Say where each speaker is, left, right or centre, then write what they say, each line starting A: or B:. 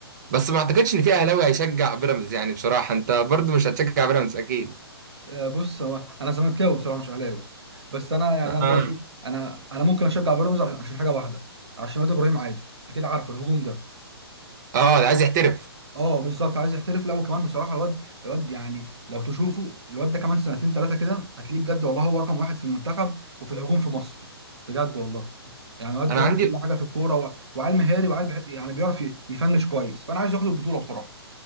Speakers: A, on the right; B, on the right.
A: بس ما اعتقدش ان في اهلاوي هيشجع بيراميدز يعني بصراحه انت برضو مش هتشجع بيراميدز اكيد
B: آه، بص هو انا زملكاوي بصراحه مش اهلاوي بس انا يعني
A: اه
B: انا برضو انا انا ممكن اشجع بيراميدز عشان حاجه واحده عشان واد ابراهيم عادل اكيد عارفه الهجوم ده
A: اه عايز يحترف
B: اه بالظبط عايز يحترف الاول كمان بصراحه الواد الواد يعني لو تشوفه الواد ده كمان سنتين ثلاثه كده هتلاقيه بجد والله هو رقم واحد في المنتخب وفي الهجوم في مصر بجد والله يعني الواد
A: انا
B: بيعمل
A: عندي
B: كل حاجه في الكوره و... وعيل مهاري وعيل بح... يعني بيعرف ي- يفنش كويس فانا عايز ياخد البطوله بصراحه